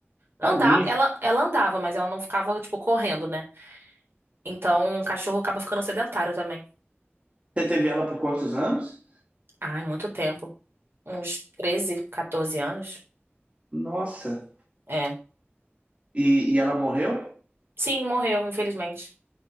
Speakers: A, on the right; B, on the right.
A: Andar,
B: Tadinho.
A: ela, ela andava, mas ela não ficava, tipo, correndo, né? Então o cachorro acaba ficando sedentário também.
B: Você teve ela por quantos anos?
A: Ai, muito tempo. Uns treze 14 anos.
B: Nossa.
A: É.
B: E, e ela morreu?
A: Sim, morreu, infelizmente.